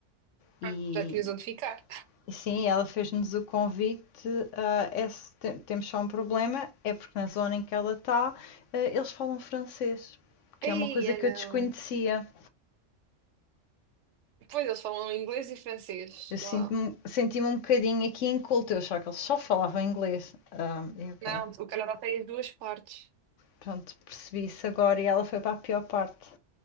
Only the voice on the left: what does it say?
E,
e sim, ela fez-nos o convite. ah, é se te- temos só um problema, é porque na zona em que ela está, ah, eles falam francês, que
é uma coisa
que
eu desconhecia.
Eu sinto-me-
um, senti-me um bocadinho aqui inculta, eu achava que eles só falavam inglês. Ah, e ok,
pronto, percebi isso agora e ela foi para a pior parte.